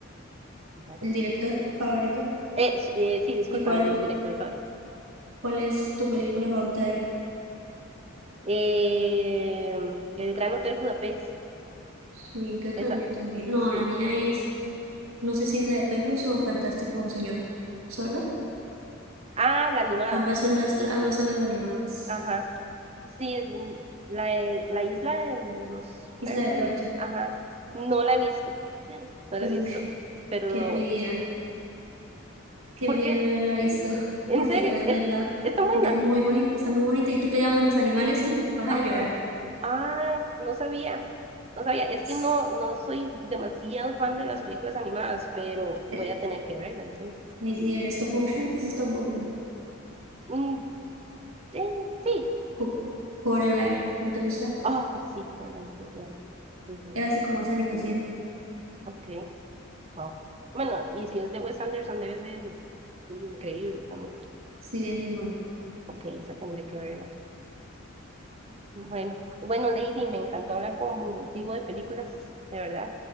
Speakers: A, on the right; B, on the right.
A: Ujú.
B: El director favorito.
A: Eh, s- eh, sí, disculpa,
B: y cuál
A: no, el director favorito.
B: ¿Cuál es tu película favorita de él?
A: Eh, el Gran Hotel Budapest,
B: Sí, creo que
A: esa,
B: la mía también. No,
A: sí.
B: la mía es, no sé si es la de perros o Fantástico Señor Zorro.
A: Ah, la animada,
B: Ambas son las, ambas son las animadas.
A: ajá. Sí, es muy- la, de- la isla de los
B: Isla
A: perros,
B: de perros.
A: ajá. No la he visto, no
B: Uy,
A: la he visto. Pero,
B: qué envidia. Qué
A: ¿por
B: envidia
A: qué?
B: no haberla visto. <laughs>
A: ¿En
B: Porque
A: serio?
B: puedes
A: ¿Es,
B: verla,
A: está buena?
B: porque es muy bonita, está muy bonita. Y tú te amas los animales y vas a
A: Ajá.
B: llorar.
A: Ah, no sabía. No sabía. Es
B: S-
A: que no, no soy demasiado fan de las películas animadas, pero voy
B: Eh,
A: a tener que verla entonces.
B: Ni, ni el stop motion, es stop motion.
A: Mm, sí, sí.
B: Co- Coraline, ¿no te gusta?
A: Ay, sí, fue la decisión. Sí, sí.
B: Es así como esa animación.
A: Ok, wow. Bueno, y si es de Wes Anderson, debe ser increíble también.
B: Sí, es muy bueno.
A: Ok, esa tendré que verla. Bueno, bueno, Lady, me encantó hablar contigo de películas, de verdad.